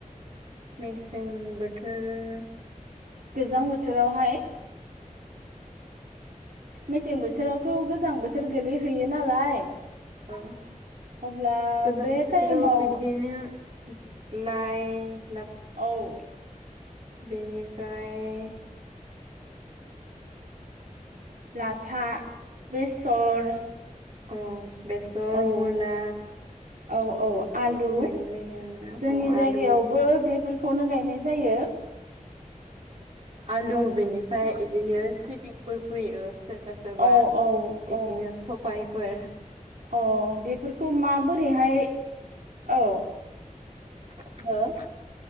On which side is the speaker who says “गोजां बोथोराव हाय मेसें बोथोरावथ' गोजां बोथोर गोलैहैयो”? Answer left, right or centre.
Right